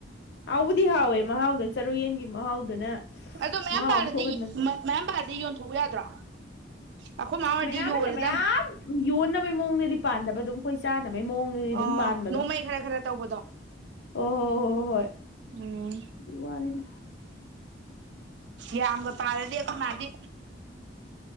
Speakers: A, on the left; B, on the right.
A: ꯍꯥꯎꯕꯨꯗꯤ ꯍꯥꯎꯋꯦ ꯃꯍꯥꯎꯗꯨꯅ ꯆꯔꯨꯌꯦꯟꯒꯤ ꯃꯍꯥꯎꯗꯨꯅ
B: ꯑꯗꯣ ꯃꯌꯥꯝ
A: ꯃꯍꯥꯎ
B: ꯄꯥꯥꯜꯂꯗꯤ
A: ꯑꯃ ꯊꯣꯛꯍꯟꯕꯅꯦ
B: ꯃ ꯄꯥꯜꯂꯗꯤ ꯌꯣꯟꯊꯣꯛꯎ ꯌꯥꯗ꯭ꯔꯣ ꯑꯩꯈꯣꯏ ꯃꯥ ꯍꯣꯏꯗꯤ
A: ꯃꯌꯥꯝꯑꯅ
B: ꯌꯣꯜꯂꯗꯝ
A: ꯃꯌꯥꯝ ꯌꯣꯟꯅꯕꯩ ꯃꯑꯣꯡꯗꯗꯤ ꯄꯥꯟꯗꯕ ꯑꯗꯨꯝ ꯑꯩꯈꯣꯏ ꯆꯥꯅꯕ ꯕꯩ ꯃꯑꯣꯡꯗꯗꯤ ꯑꯗꯨꯝ
B: ꯑꯣ
A: ꯄꯥꯟꯕꯗꯣ
B: ꯅꯣꯡꯃꯩ ꯈꯔ ꯈꯔ ꯇꯧꯕꯗꯣ
A: ꯑꯣ ꯍꯣ ꯍꯣꯏ ꯍꯣꯏ
B: ꯎꯝ
A: ꯑꯗꯨꯏ ꯋꯥꯅꯤꯗ
B: ꯌꯥꯝꯒ ꯄꯥꯜꯂꯗꯤ ꯈꯣꯏꯃꯥꯗꯤ